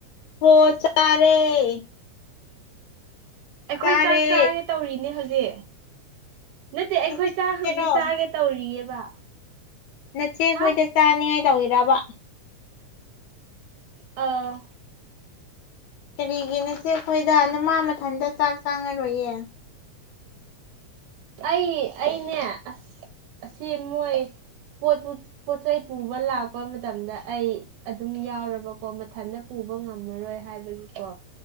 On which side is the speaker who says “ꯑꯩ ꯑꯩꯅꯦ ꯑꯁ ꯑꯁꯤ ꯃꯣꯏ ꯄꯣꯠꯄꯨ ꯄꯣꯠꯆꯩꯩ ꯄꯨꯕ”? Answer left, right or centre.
Right